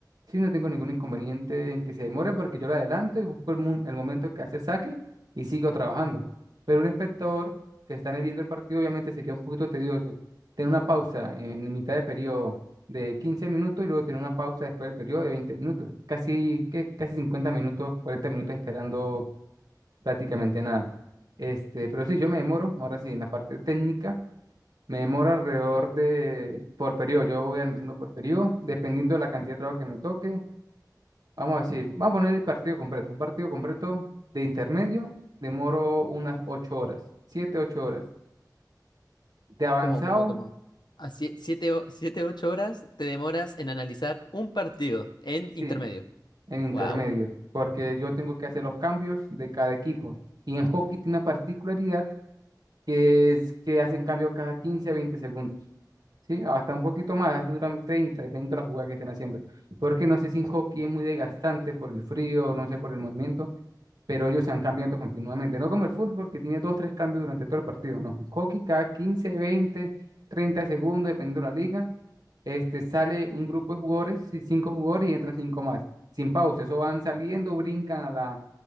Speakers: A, on the right; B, on the left.
A: Sí, no tengo ningún inconveniente en que se demore porque yo lo adelanto y busco el, mo- el momento que hace el saque y sigo trabajando. Pero un espectador que está viendo el partido, obviamente sería un poquito tedioso. Tener una pausa en mitad de periodo de 15 minutos y luego tener una pausa después del periodo de 20 minutos. Casi, que, casi 50 minutos, 40 minutos esperando prácticamente nada. Este, pero sí, yo me demoro, ahora sí, en la parte técnica, me demoro alrededor de, por periodo, yo voy analizando por periodo, dependiendo de la cantidad de trabajo que me toque. Vamos a decir, vamos a poner el partido completo, un partido completo de intermedio, demoro unas 8 horas, 7 8 horas. De avanzado,
B: ¿Cómo cómo cómo? A siete siete o 7 8 horas te demoras en analizar un partido en intermedio.
A: sí, en intermedio,
B: Wow.
A: porque yo tengo que hacer los cambios de cada equipo. Y en hockey tiene una particularidad que es que hacen cambio cada 15 a 20 segundos. ¿Sí? Ah, Hasta un poquito más, a veces duran 30, dependiendo de la jugada que estén haciendo. Porque no sé si en hockey es muy desgastante por el frío, no sé, por el movimiento, pero ellos se han cambiando continuamente. No como el fútbol, que tiene dos, tres cambios durante todo el partido. No, en hockey cada 15 20 30 segundos, dependiendo de la liga, este, sale un grupo de jugadores, sí, cinco jugadores y entran cinco más, sin pausa. Eso van saliendo, brincan a la,